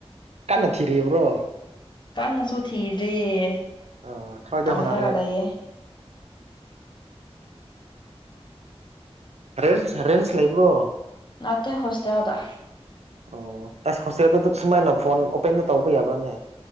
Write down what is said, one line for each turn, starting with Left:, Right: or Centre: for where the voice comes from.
Right: ꯀꯟꯅ ꯊꯤꯔꯤꯕ꯭ꯔꯣ
Left: ꯀꯟꯅꯁꯨ ꯊꯤꯗ꯭ꯔꯤꯌꯦ
Right: ꯑ ꯈꯔꯗꯤ
Left: ꯇꯝꯔꯒ
Right: ꯍꯣꯠꯅꯔꯦ
Left: ꯂꯩꯌꯦ
Right: ꯔꯦꯟꯁ ꯔꯦꯟꯁ ꯂꯩꯕ꯭ꯔꯣ
Left: ꯅꯠꯇꯦ ꯍꯣꯁꯇꯦꯜꯗ
Right: ꯑꯣ ꯑꯁ ꯍꯣꯁꯇꯦꯜꯗꯨꯗ ꯁꯨꯃꯥꯏꯅ ꯐꯣꯟ ꯑꯣꯄꯦꯟꯗ ꯇꯧꯕ ꯌꯥꯕ꯭ꯔꯥꯅꯦ